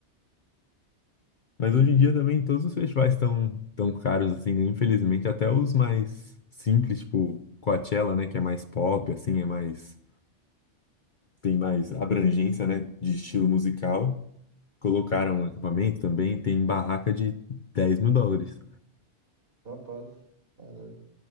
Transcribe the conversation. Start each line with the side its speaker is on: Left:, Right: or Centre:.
Left: Mas
Right: E,
Left: hoje em dia também todos os festivais estão tão tão caros, assim, né? Infelizmente, até os mais simples, tipo Coachella, né? Que é mais pop, assim, é mais... Tem mais abrangência, né? De estilo musical. Colocaram um acampamento também, tem barraca de 10 mil dólares.
Right: rapaz, caramba.